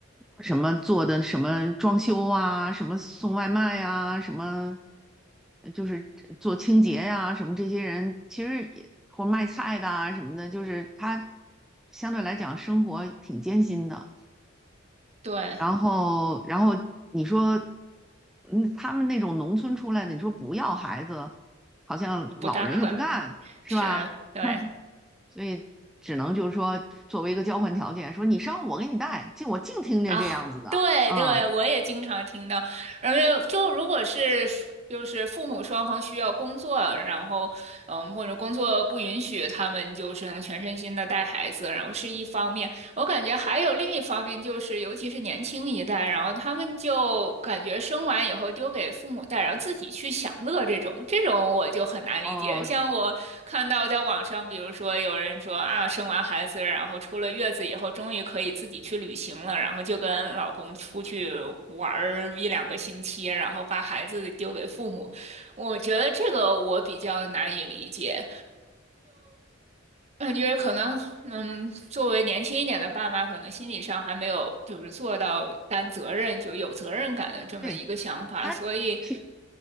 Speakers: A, in the centre; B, on the right (about 35°).
A: 什么做的什么装修啊，什么送外卖呀、什么就是做清洁呀、什么这些人其实也或卖菜的啊什么的，就是他相对来讲生活挺艰辛的。
B: 对，
A: 然后，然后你说，嗯，他们那种农村出来的，你说不要孩子，好像老人又不干，
B: 不大可能，
A: 是吧？
B: 是，对。
A: <laughs> 所以只能就是说，作为一个交换条件，说你生我给你带，净我净听见这样子的啊。
B: 啊，对对，我也经常听到，而且就如果是就是父母双方需要工作，然后嗯，或者工作不允许，他们就是能全身心的带孩子，然后是一方面。我感觉还有另一方面，就是尤其是年轻一代，然后他们就感觉生完以后丢给父母带，然后自己去享乐这种，这种我就很难理解。
A: 哦，
B: 像我看到在网上，比如说有人说啊，生完孩子，然后出了月子以后，终于可以自己去旅行了，然后就跟老公出去玩儿一两个星期，然后把孩子丢给父母。我觉得这个我比较难以理解。嗯，因为可能，嗯，作为年轻一点的爸妈，可能心理上还没有就是做到担责任就有责任感的这么一个想法，
A: 对，他去，
B: 所以